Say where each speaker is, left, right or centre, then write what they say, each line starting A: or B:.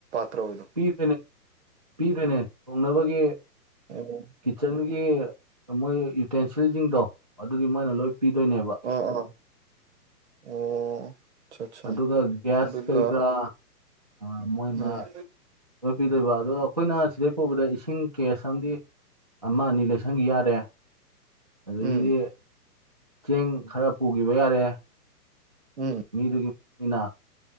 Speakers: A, on the right; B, on the right.
A: <unintelligible>
B: ꯄꯤꯕꯅꯦ ꯄꯤꯗꯣꯏꯅꯦ ꯊꯣꯡꯅꯕꯒꯤ ꯫
A: ꯑꯣ
B: ꯀꯤꯠꯆꯟꯒꯤ ꯃꯣꯏ ꯌꯨꯇꯦꯟꯁꯤꯜꯖꯤꯡꯗꯣ ꯑꯗꯨꯗꯤ ꯃꯣꯏꯅ ꯂꯣꯏ ꯄꯤꯗꯣꯏꯅꯦꯕ꯫
A: ꯑꯥ ꯑꯥ ꯑꯣ ꯑꯆꯥ ꯑꯠꯆꯥ
B: ꯑꯗꯨꯒ ꯒ꯭ꯌꯥꯁ
A: ꯑꯗꯨꯒ
B: ꯀꯔꯤ ꯀꯔꯥ ꯑꯥ ꯃꯣꯏꯅ
A: ꯎꯝ
B: ꯂꯣꯏ ꯄꯤꯗꯣꯏꯕ ꯑꯗꯣ ꯑꯩꯈꯣꯏꯅ ꯁꯤꯗꯩ ꯄꯨꯕꯗ ꯏꯁꯤꯡ ꯀꯦꯁ ꯑꯝꯗꯤ ꯑꯃ ꯑꯅꯤ ꯂꯩꯁꯟꯒꯤ ꯌꯥꯔꯦ ꯑꯗꯒꯤꯗꯤ
A: ꯎꯝ
B: ꯆꯦꯡ ꯈꯔ ꯄꯨꯒꯤꯕ ꯌꯥꯔꯦ
A: ꯎꯝ
B: ꯃꯤꯗꯨꯒꯤ ꯃꯇꯨꯡꯏꯟꯅ